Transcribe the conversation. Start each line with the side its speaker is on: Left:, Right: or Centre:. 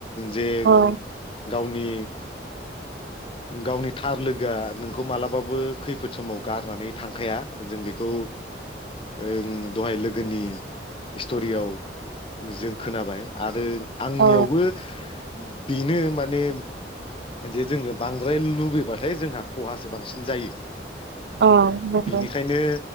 Left: जे
Right: औ
Left: गावनि
Right: <inaudible>
Left: गावनि थार लोगोआ नोंखौ मालाबाबो खैफोद समाव गारनानै थांखाया जों बेखौ ओं दहाय लोगोनि स्ट'रियाव जों खोनाबाय आरो आंनियावबो
Right: औ
Left: बेनो माने जे जोङो बांद्राय लुबैबाथाय जोंहा खहासो बांसिन जायो।
Right: औ नंगौ
Left: बिनिखायनो